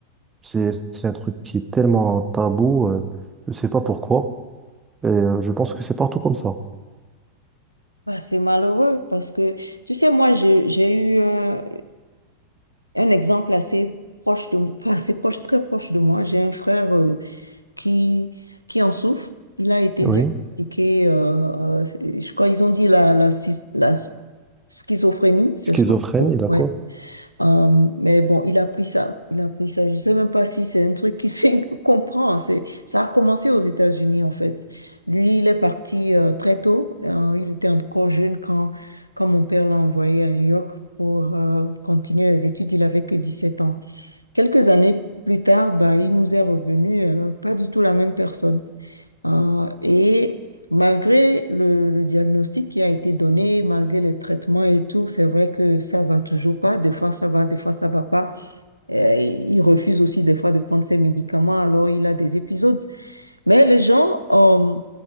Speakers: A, on the right (about 15°); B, on the left (about 85°).
A: c'est c'est un truc qui est tellement tabou, euh, je sais pas pourquoi, et euh, je pense que c'est partout comme ça.
B: Bah, c'est malheureux parce que, tu sais, moi, j'ai j'ai eu un, un exemple assez proche de, <laughs> enfin, assez proche, très proche de moi. J'ai un frère euh, qui, qui en souffre. Il a été
A: Oui,
B: diagnostiqué, euh, euh, je crois, ils ont dit la, la, schi- la schizophrénie, c'est
A: schizophrénie,
B: ce qu'on
A: d'accord?
B: ouais. Hum, mais bon, il a pris ça, il a pris ça. Je sais même pas si c'est un truc qu'il <laughs> qu'il comprend. C'est, ça a commencé aux États-Unis en fait. Lui, il est parti euh, très tôt. Euh, il était encore jeune quand, quand mon père l'a envoyé à New York pour euh, continuer les études. Il avait que 17 ans. Quelques années plus tard, bah, il nous est revenu euh, pas du tout la même personne. Euh, et malgré le, le diagnostic qui a été donné, malgré les traitements et tout, c'est vrai que ça va toujours pas. Des fois, ça va, des fois, ça va pas. Euh, il refuse aussi des fois de prendre ses médicaments, alors il a des épisodes. Mais les gens, euh,